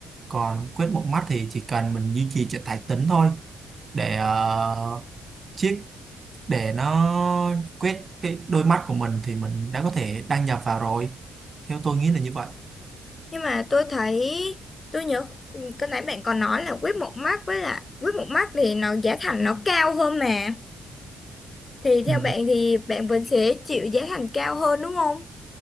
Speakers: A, on the right (about 35°); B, on the left (about 30°).
A: còn quyết một mắt thì chỉ cần mình duy trì trạng thái tĩnh thôi để ờ, chiếc để nó quét cái đôi mắt của mình thì mình đã có thể đăng nhập vào rồi theo tôi nghĩ là như vậy
B: nhưng mà tôi thấy tôi nhớ ừ, cái nãy bạn còn nói là quýt một mắt với là quýt một mắt thì nó giá thành nó cao hơn mà thì theo
A: ừ,
B: bạn thì bạn vẫn sẽ chịu giá thành cao hơn đúng không